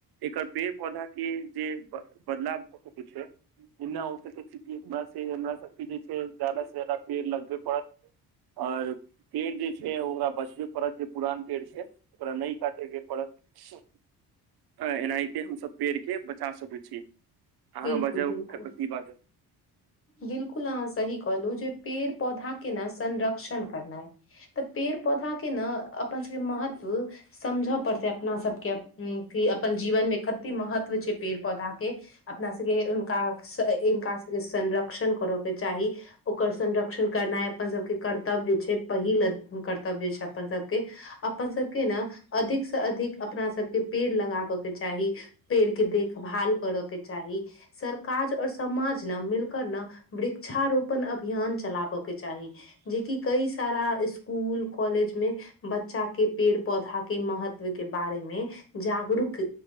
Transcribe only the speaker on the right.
एकर पेड़ पौधा के जे बदलाव कुछ बिना हो सकेै स्थिति एक बार से <unintelligible> हमरा सबके जे छै जादा से जादा पेड़ लगबै पड़त आओर पेड़ जे छै ओकरा बचबे पड़त जे पुरान पेड़ छै ओकरा नई कटयके पड़त एनाहिते हमसब पेड़ के बचा सकै छी अहाँ
बजाउ
आई प्रतिभा के